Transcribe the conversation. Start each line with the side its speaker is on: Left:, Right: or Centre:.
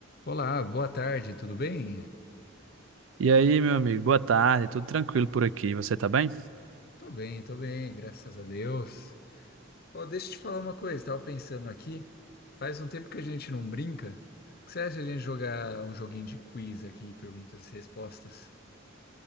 Left: Olá, boa tarde, tudo bem?
Right: E aí, meu amigo, boa tarde, tudo tranquilo por aqui, você tá bem?
Left: Tô bem, tô bem, graças a Deus. Ó, deixa eu te falar uma coisa, tava pensando aqui, faz um tempo que a gente não brinca. O que você acha de a gente jogar um joguinho de quiz aqui, perguntas e respostas?